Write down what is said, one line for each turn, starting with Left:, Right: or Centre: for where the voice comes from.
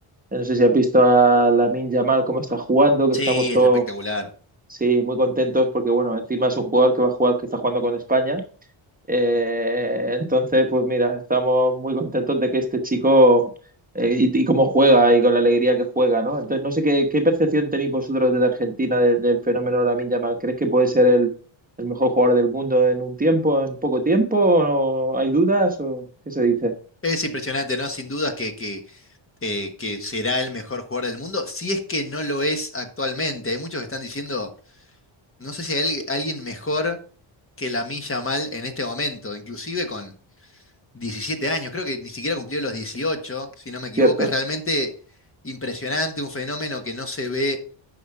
Right: Eh, No sé si has visto a Lamine Yamal cómo está jugando, que
Left: Sí,
Right: estamos todos
Left: es espectacular.
Right: Sí, muy contentos porque, bueno, encima es un jugador que va a jugar, que está jugando con España. Eh, entonces, pues mira, estamos muy contentos de que este chico eh, y, y cómo juega y con la alegría que juega, ¿no? Entonces, no sé qué, qué percepción tenéis vosotros desde Argentina de- del fenómeno Lamine Yamal. ¿Crees que puede ser el, el mejor jugador del mundo en un tiempo, en poco tiempo? ¿O no? hay dudas? ¿O qué se dice?
Left: Es impresionante, ¿no? Sin dudas que, que, eh, que será el mejor jugador del mundo, si es que no lo es actualmente. Hay muchos que están diciendo, no sé si hay al- alguien mejor que Lamine Yamal en este momento, inclusive con 17 años, creo que ni siquiera cumplió los 18 si no me equivoco,
Right: ¿Cierto?
Left: es realmente impresionante, un fenómeno que no se ve